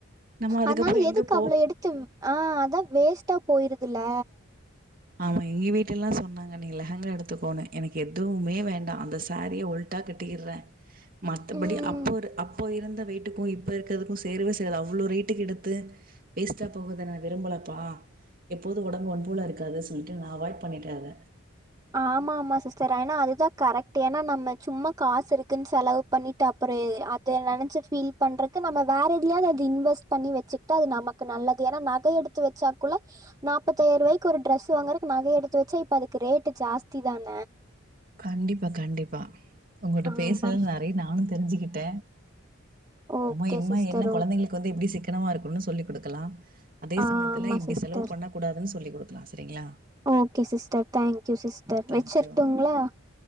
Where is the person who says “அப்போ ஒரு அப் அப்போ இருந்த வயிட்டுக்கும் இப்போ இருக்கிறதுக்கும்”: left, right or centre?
Right